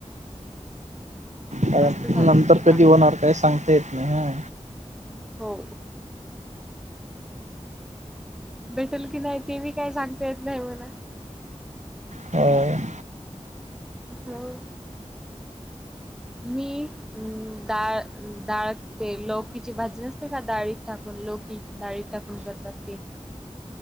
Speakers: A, on the right; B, in the centre.
A: कारण
B: मस्त झालती
A: नंतर
B: नाही का?
A: कधी होणार काय सांगता येत नाही हा.
B: हो. भेटेल की नाही ते बी काही सांगता येत नाही म्हणा.
A: हा.
B: हो, मी. हम् डाळ डाळ ते लोककीची भाजी नसते काय डाळीत ठकून लोककी. डाळीत टाकून करतात ते.